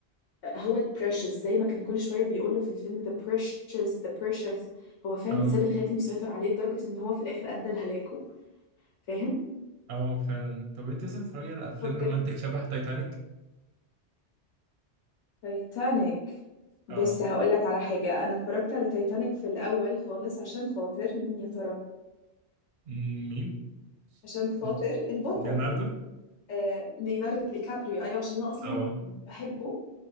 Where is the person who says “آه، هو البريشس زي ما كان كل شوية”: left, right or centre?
Left